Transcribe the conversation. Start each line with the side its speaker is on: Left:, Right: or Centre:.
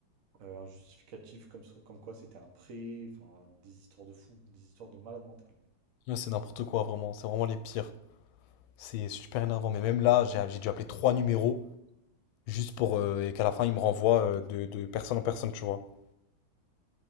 Right: euh, un justificatif comme, ça- comme quoi c'était un prêt, enfin, des histoires de fous, des histoires de malade mental.
Left: Ouais, C'est n'importe quoi, vraiment. C'est vraiment les pires. C'est super énervant. Mais même là, j'ai j'ai dû appeler trois numéros juste pour. euh, et qu'à la fin, ils me renvoient euh, de, de personne en personne, tu vois.